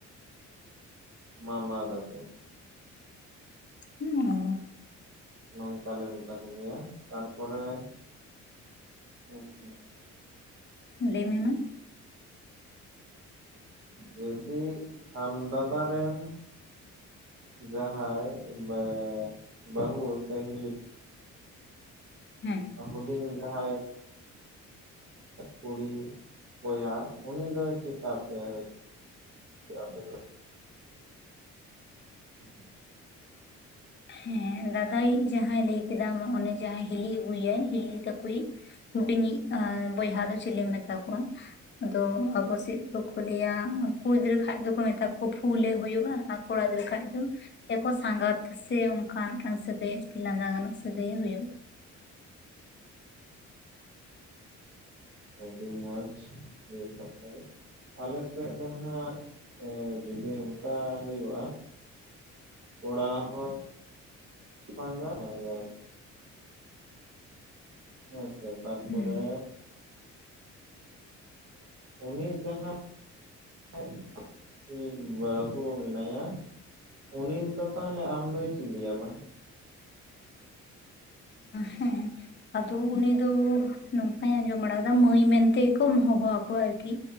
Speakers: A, on the right; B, on the left.
A: ᱢᱟ ᱢᱟ ᱫᱟᱫᱩ
B: ᱚ
A: ᱱᱚᱝᱠᱟ ᱞᱮ ᱢᱮᱛᱟ ᱠᱚᱜᱮᱭᱟ ᱛᱟᱨᱯᱚᱨᱮ ᱤᱥᱼᱼ
B: ᱞᱟᱹᱭ ᱢᱮ ᱢᱟ᱾
A: ᱡᱩᱫᱤ ᱟᱢ ᱫᱟᱫᱟ ᱨᱮᱱᱼᱼ ᱡᱟᱦᱟᱸᱭ <inaudible> ᱵᱟᱦᱩ ᱥᱮ ᱦᱤᱞᱤ
B: ᱦᱮᱸ
A: ᱦᱩᱰᱤᱧ ᱡᱟᱦᱟᱸᱭᱼᱼ ᱠᱩᱲᱤ ᱵᱚᱭᱦᱟ ᱩᱱᱤ ᱫᱚ ᱪᱮᱠᱟᱯᱮ ᱟᱯᱮ ᱦᱩᱭ ᱟᱯᱮ ᱫᱚᱼᱼ <unintelligible>
B: ᱦᱮᱸ ᱫᱟᱫᱟᱭᱤᱡ ᱡᱟᱦᱟᱸᱭ ᱞᱟᱹᱭ ᱠᱮᱫᱟᱢ ᱚᱱᱮ ᱡᱟᱦᱟᱸᱭ ᱦᱤᱞᱤ ᱟᱹᱜᱩᱭᱟᱭ ᱦᱤᱞᱤ ᱛᱟᱠᱚᱭᱤᱡᱼᱼ ᱦᱩᱰᱤᱧᱤᱡ ᱵᱚᱭᱦᱟ ᱫᱚ ᱪᱤᱞᱤᱢ ᱢᱮᱛᱟ ᱠᱚᱣᱟ? ᱟᱫᱚ ᱟᱵᱚ ᱥᱮᱫ ᱠᱚᱠᱚ ᱞᱟᱹᱭᱟ ᱠᱩᱲᱤ ᱜᱤᱫᱽᱨᱟᱹ ᱠᱷᱟᱡ ᱫᱚᱠᱚ ᱢᱮᱛᱟ ᱠᱚᱣᱟ ᱯᱷᱩᱞᱮ ᱦᱩᱭᱩᱜᱼᱟᱼᱼ ᱠᱚᱲᱟ ᱜᱤᱫᱽᱨᱟᱹ ᱠᱷᱟᱡ ᱫᱚ ᱮᱠᱚ ᱥᱟᱸᱜᱟᱛᱼᱼ ᱥᱮ ᱚᱱᱠᱟ ᱚᱱᱠᱟᱱ ᱢᱤᱫ ᱴᱟᱝ ᱥᱟᱹᱜᱟᱹᱭ ᱞᱟᱸᱫᱟ ᱜᱟᱱᱚᱜ ᱥᱟᱹᱜᱟᱹᱭ ᱮ ᱦᱳᱭᱳᱜᱼᱟ᱾
A: ᱟᱹᱰᱤ ᱢᱚᱸᱡᱽ ᱵᱮᱥ ᱠᱟᱛᱷᱟᱜᱤ ᱟᱞᱮᱥᱮᱫ ᱫᱚ ᱱᱷᱟᱜ ᱮ ᱡᱩᱫᱤ ᱚᱱᱠᱟ ᱦᱩᱭᱩᱜᱼᱟ᱾ ᱠᱚᱲᱟ ᱦᱚᱸᱼᱼ ᱵᱟᱝᱟ ᱵᱟᱝᱟᱼᱼ ᱦᱮᱸ ᱛᱚ ᱛᱟᱨᱯᱚᱨᱮᱼᱼ
B: ᱦᱩᱸ
A: ᱩᱱᱤ ᱡᱟᱦᱟᱸᱼᱼ ᱠᱟᱡ ᱤᱧ ᱵᱟᱦᱩ ᱢᱮᱱᱟᱭᱟ᱾ ᱩᱱᱤ ᱫᱚ ᱛᱟᱦᱚᱞᱮ ᱟᱢ ᱫᱚᱭ ᱪᱤᱞᱤᱭᱟᱢᱟ?
B: ᱦᱮᱸ᱾ ᱟᱫᱚ ᱩᱱᱤ ᱫᱚ ᱱᱚᱝᱠᱟᱧ ᱟᱸᱡᱚᱢ ᱵᱟᱲᱟ ᱟᱠᱟᱫᱟ ᱢᱟᱹᱭ ᱢᱮᱱᱛᱮᱜᱮᱠᱚ ᱦᱚᱦᱚ ᱟᱠᱚᱣᱟ ᱟᱨᱠᱤ᱾